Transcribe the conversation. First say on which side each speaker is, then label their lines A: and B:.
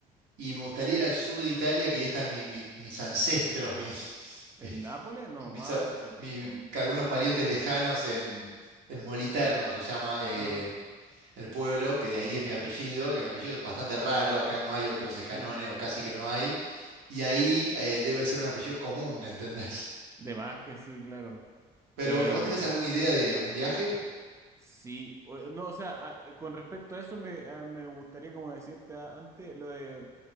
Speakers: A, on the right; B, on the right.
A: Y me gustaría ir al sur de Italia, que ahí están mi- mi- mis ancestros, mis...
B: ¿En
A: <laughs>
B: Nápoles? No, más
A: mis, a-
B: al sur.
A: mi-
B: ¿O dónde?
A: que algunos parientes lejanos en, en Moliterno se llama eh,
B: Ah,
A: el pueblo, que de ahí es mi apellido, que mi apellido es bastante raro, acá no hay otros
B: sí.
A: escanones o casi que no hay, y ahí eh, debe ser un apellido común, <laughs> ¿entendés?
B: De más que sí, claro.
A: Pero
B: Eh,
A: bueno, ¿vos tenés alguna idea de algún viaje?
B: sí. O- No, o sea, a- eh, con respecto a eso me, a- me gustaría como decirte a- antes lo de